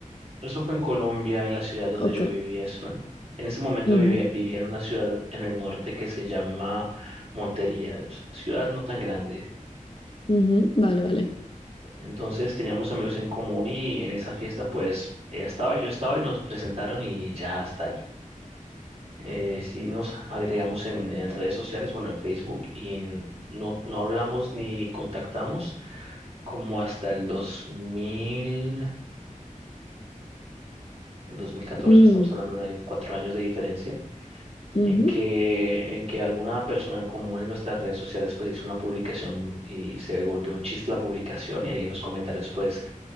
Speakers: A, on the right; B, on the left.
A: Eso fue en Colombia, en la ciudad donde
B: Ok.
A: yo vivía. Es una- en ese momento
B: ujú,
A: vivía, vivía en una ciudad en el norte que se llama Montería, es una ciudad no tan grande.
B: ujú, Vale, vale.
A: Entonces teníamos amigos en común y en esa fiesta pues ella estaba y yo estaba y nos presentaron y ya hasta ahí. Eh, sí nos agregamos en, en redes sociales, bueno, en Facebook, y no, no hablamos ni contactamos como hasta el 2014. El 2014
B: Mm,
A: estamos hablando de cuatro años de diferencia,
B: ujú.
A: en que, en que alguna persona en común en nuestras redes sociales pues hizo una publicación y se volvió un chiste la publicación y ahí en los comentarios pues